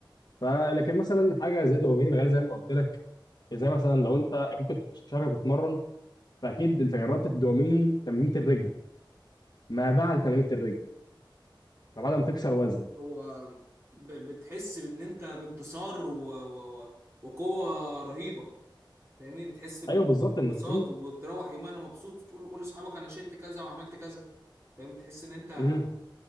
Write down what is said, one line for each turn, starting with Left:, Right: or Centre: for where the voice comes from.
Left: فلكن مثلا حاجه زي الدوبامين الغالي زي ما قلت لك زي مثلا لو انت اكيد كنت شغال بتتمرن فاكيد انت جربت الدوبامين تمرينه الرجل ما بعد تمرينه الرجل ما بعد ما تكسر وزن
Right: هو ب- بتحس ان انت بانتصار و... و... و- وقوه رهيبه فاهمني بتحس ب-
Left: ايوه بالظبط ان
Right: ببساطه
Left: هم-
Right: وبتروح يومها انا مبسوط تقول لكل اصحابك انا شلت كذا وعملت كذا فاهم تحس ان انت
Left: هم،